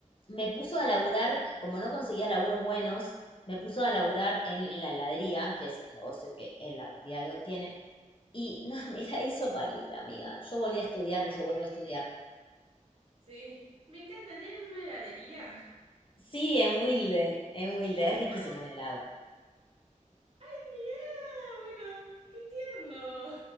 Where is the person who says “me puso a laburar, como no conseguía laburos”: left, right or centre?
Left